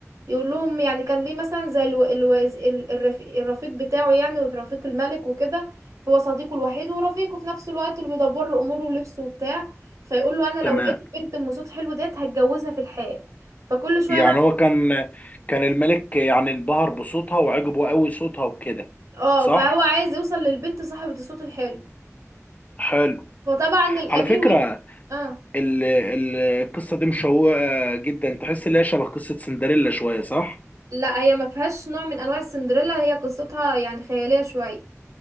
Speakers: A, on the right; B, on the left.
A: يقول لهم يعني كان ليه مثلا زي الو... الوز... ال- الرفيق... الرفيق بتاعه يعني ورفيق الملك وكده هو صديقه الوحيد ورفيقه في نفس الوقت اللي بيدبر له أموره ولبسه وبتاع فيقول له أنا
B: تمام
A: لو لقيت البنت أم صوت حلو ديت هتجوزها في الحال فكل شوية
B: يعني
A: بقى
B: هو كان كان الملك يعني انبهر بصوتها وعجبه قوي صوتها وكده
A: اه
B: صح
A: فهو عايز يوصل للبنت صاحبة الصوت الحلو
B: حلو
A: فطبعا الأمير
B: على فكرة
A: وال اه
B: ال- ال- القصة دي مشوقة جدا تحس ان هي شبه قصة سندريلا شوية صح؟
A: لا هي ما فيهاش نوع من انواع السندريلا هي قصتها يعني خياليه شويه